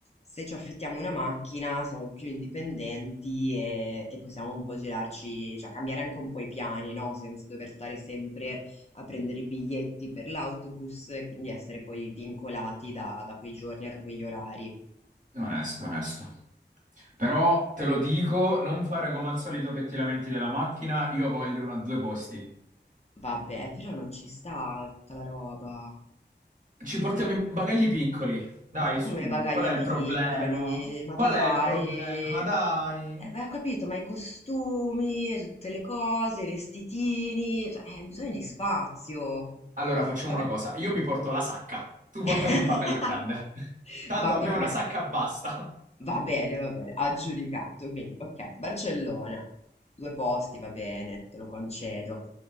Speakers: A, on the left (about 35°); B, on the right (about 45°).
A: se ci affittiamo una macchina siamo più indipendenti e, e possiamo un po' girarci, cioè cambiare anche un po' i piani, no? Senza dover stare sempre a prendere i biglietti per l'autobus e quindi essere poi vincolati da, da quei giorni e da quegli orari.
B: Onesto, onesto. Però te lo dico, non fare come al solito che ti lamenti della macchina, io voglio una a due posti.
A: Vabbè, però non ci sta tutta la roba.
B: Ci portiamo i bagagli piccoli. Dai,
A: Ma come
B: su,
A: bagagli
B: qual è il
A: piccoli?
B: problema?
A: Ma
B: Qual
A: dai!
B: è il problema? Dai.
A: Eh, beh, ho capito, ma i costumi, e tutte le cose, i vestitini, cioè, eh, bisogna di spazio.
B: Allora facciamo
A: Vabbè.
B: una cosa, io mi porto la sacca, tu portati
A: <laughs>
B: il bagaglio grande. <laughs> Tanto
A: Va bene.
B: a me una sacca basta.
A: Va bene, va bene, aggiudicato. Quindi, ok, Barcellona, due posti, va bene, te lo concedo.